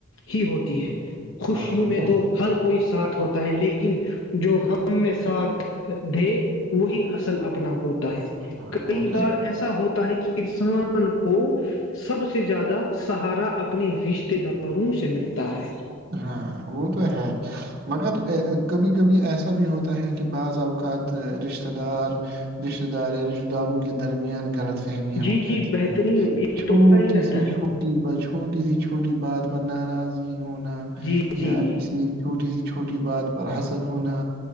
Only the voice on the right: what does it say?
ہاں وہ
ہے
ہاں
وہ تو
ہے
ہاں وہ تو ہے مگر کبھی کبھی ایسا بھی ہوتا ہے کہ بعض اوقات رشتہ دار رشتہ دار یا رشتہ داروں کے درمیان غلط فہمیاں
ہو جاتی
ہے
چھوٹی
سی
چھوٹی ب چھوٹی سی چھوٹی بات پر ناراضگی ہونا یا
کسی چھوٹی سی چھوٹی بات پر حسد ہونا